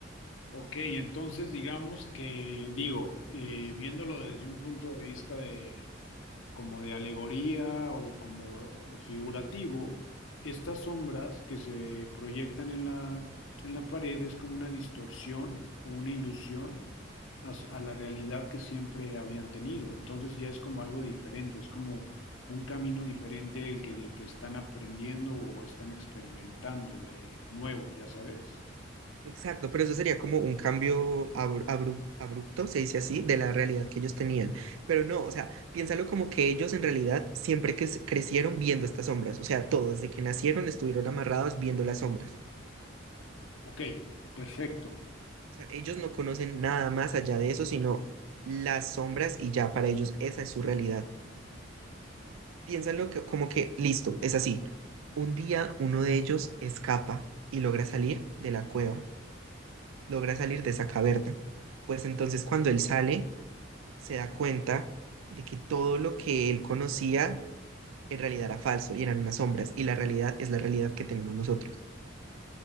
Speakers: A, on the left; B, on the right.
A: Ok, entonces digamos que, digo, eh, viéndolo desde un punto de vista de como de alegoría o como figurativo, estas sombras que se proyectan en la, en la pared es como una distorsión o una ilusión a, s- a la realidad que siempre habían tenido. Entonces ya es como algo diferente, es como un camino diferente el que, de que están aprendiendo o están experimentando de nuevo, ya sabes.
B: Exacto, pero eso sería como un cambio abru- abru- abrupto, se dice así, de la realidad que ellos tenían. Pero no, o sea, piénsalo como que ellos en realidad siempre que s- crecieron viendo estas sombras, o sea, todos desde que nacieron estuvieron amarrados viendo las sombras.
A: Ok, perfecto.
B: O sea, ellos no conocen nada más allá de eso, sino las sombras y ya para ellos esa es su realidad. Piénsalo que, como que, listo, es así. Un día uno de ellos escapa y logra salir de la cueva, logra salir de esa caverna. Pues entonces cuando él sale se da cuenta de que todo lo que él conocía en realidad era falso y eran unas sombras, y la realidad es la realidad que tenemos nosotros.